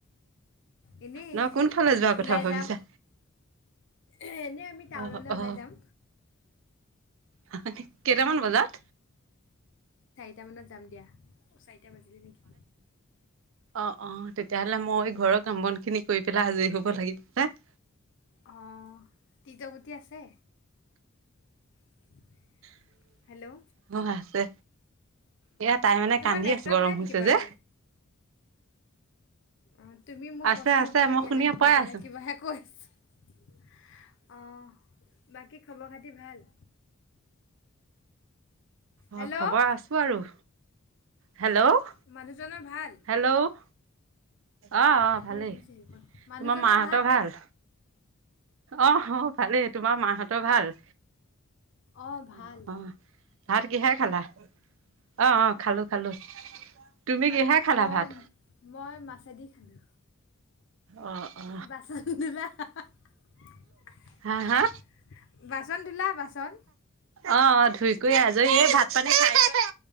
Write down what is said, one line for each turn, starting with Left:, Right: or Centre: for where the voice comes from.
Left: এনেই
Right: ন কোনফালে যোৱা
Left: ওলাই
Right: কথা ভাবিছা?
Left: যাম এনেই আমি টাউনলৈ
Right: অ
Left: ওলাই
Right: অ
Left: যাম।
Right: <unintelligible> কেইটামান
Left: উম,
Right: বজাত?
Left: টামানত যাম দিয়া। অ' চাৰিটা বাজিলি নেকি!
Right: অ', অ', তেতিয়াহ'লে মই ঘৰৰ কাম বন খিনি কৰি পেলাই আজৰি হ'ব লাগিব পাই।
Left: অঁ, <unintelligible> আছে? <unintelligible>
Right: <unintelligible>
Left: হেল্ল'
Right: আছে। এয়া তাই মানে
Left: তোমাৰ
Right: কান্দি
Left: নেটৱৰ্ক
Right: আছে, গৰম
Left: নাই নেকি
Right: হৈছে
Left: বাৰু
Right: যে।
Left: অ', তুমি মোৰ
Right: আছে
Left: প্ৰশ্নৰ
Right: আছে
Left: উত্তৰে
Right: মই
Left: দিয়া
Right: শুনি
Left: নাই দেখোন,
Right: পাই
Left: বেলেগ
Right: আছো
Left: কিবাহে কৈ আছ অঁ। বাকী খবৰ খাতি ভাল? হেল্ল'
Right: অ', খবৰ আছো আৰু। হেল্ল'?
Left: মানুহজনৰ ভাল
Right: হেল্ল'? অ', অ',
Left: এক
Right: ভালেই।
Left: মিনিট হৈছে সেইখন মানুহজনৰ
Right: তোমাৰ মাহঁতৰ ভাল? অঁ, অহ ভালেই। তোমাৰ মাহঁতৰ ভাল?
Left: অঁ ভাল
Right: অ', অ'। ভাত কিহে খালা? অঁ, অঁ, খালো খালো। তুমি কিহে খালা
Left: মই
Right: ভাত
Left: মই মাছেদি খালো।
Right: অ অ
Left: বাচন <unintelligible>
Right: হা হা
Left: বাচন ধূলা? বাচন
Right: অ', অ', ধুই কৰি আজ <unintelligible> এ ভাত পানী খাই <unintelligible>